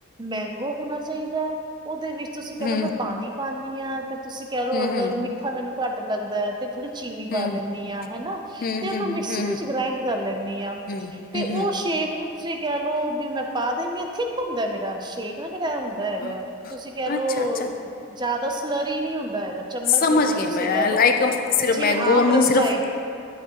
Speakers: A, on the right (about 20°); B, on the left (about 40°).
A: ਮੈਂ ਉਹ ਹੋਣਾ ਚਾਹੀਦਾ ਹੈ ਉਹਦੇ ਵਿੱਚ ਤੁਸੀਂ ਕਹਿ
B: ਹਮ
A: ਲਓ ਮੈਂ ਪਾਣੀ ਪਾਨੀ ਆਂ। ਤੇ ਤੁਸੀਂ ਕਹਿ ਲੋ
B: ਹਮ
A: ਅਗਰ
B: ਹਮ
A: ਮਿੱਠਾ ਮੈਨੂੰ ਘੱਟ ਲੱਗਦਾ ਐ। ਤੇ ਥੋੜ੍ਹੀ ਚੀਨੀ
B: ਹਮ
A: ਪਾ ਦਿੰਨੀ ਹਾਂ। ਹਨਾ
B: ਹਮ
A: ਤੇ ਉਹਨੂੰ
B: ਹਮ
A: ਮਿਕਸੀ
B: ਹਮ
A: ਦੇ ਵਿੱਚ
B: ਹਮ
A: ਗ੍ਰਾਇੰਡ ਕਰ ਲੈਂਦੀ ਆ।
B: ਹਮ
A: ਤੇ
B: ਹਮ
A: ਉਹ ਸ਼ੇਕ ਨੂੰ ਤੁਸ ਈ ਕਹਿ ਲੋੋ ਵੀ ਮੈਂ ਪਾ ਦਿੰਨੀ। ਇੱਥੇ ਘੁੰਮਦਾ ਮੇਰਾ ਸ਼ੇਕ ਨਾ ਇਹ ਹੁੰਦਾ ਹੈਗਾ
B: ਹਮ
A: ਤੁਸੀਂ ਕਹਿ ਲਓ
B: ਅੱਛਾ ਅੱਛਾ
A: ਜ਼ਿਆਦਾ ਸਲਰੀ ਹੀ ਨਹੀ ਹੁੰਦਾ ਹੈਗਾ। ਚਮਚ
B: ਸਮਝ
A: ਦੇ ਨਾਲ
B: ਗਈ
A: ਤੁਸੀਂ
B: ਮੈਂਲਾਈਕ
A: ਕਹਿ ਲਓ
B: ਸਿਰਫ
A: ਜਿਵੇਂ
B: ਮੈਂਗੋ
A: ਆਮ
B: ਨੂੰ
A: ਰਸ
B: ਸਿਰਫ।
A: ਟਾਈਪ